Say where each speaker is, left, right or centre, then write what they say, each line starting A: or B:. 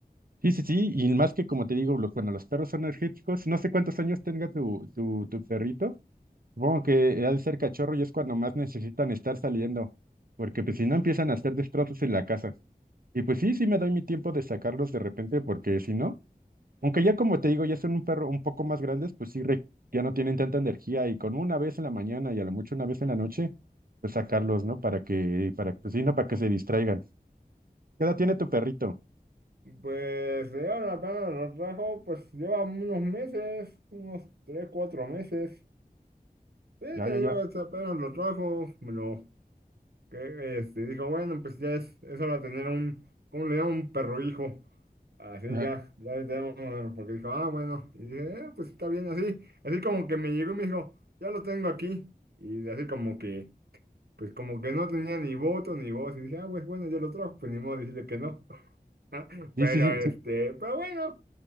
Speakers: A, on the right (about 65°); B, on the right (about 80°).
A: Sí, sí, sí, Y más que como te digo, los, bueno, los perros son energéticos. No sé cuántos años tenga tu, tu, tu perrito. Supongo que al ser cachorro y es cuando más necesitan estar saliendo, porque pues si no empiezan a hacer destrozos en la casa. Y pues sí, sí me doy mi tiempo de sacarlos de repente, porque si no... Aunque ya como te digo, ya son un perro un poco más grandes, pues sí, re- ya no tienen tanta energía y con una vez en la mañana y a lo mucho una vez en la noche, pues sacarlos, ¿no? Para que, para, pues sí, no, para que se distraigan. ¿Qué edad tiene tu perrito?
B: Pues de ahora para lo trajo, pues lleva unos meses, unos tres, cuatro meses. Sí,
A: Ya,
B: te
A: ya,
B: digo,
A: ya.
B: este apenas lo trajo, me lo que este, dijo, bueno, pues ya es, es hora de tener un, ¿cómo le llaman? Un perro hijo. Así
A: Ajá.
B: ya, ya le tenemos, bueno, porque dijo, ah, bueno, y dije, "Eh, pues está bien así. Así como que me llegó y me dijo, ya lo tengo aquí. Y así como que, pues como que no tenía ni voto ni voz. Y dije, ah, pues bueno, ya lo trajo, pues ni modo decirle que no. <laughs>
A: Sí,
B: Pero
A: sí, sí, sí.
B: este, pero bueno,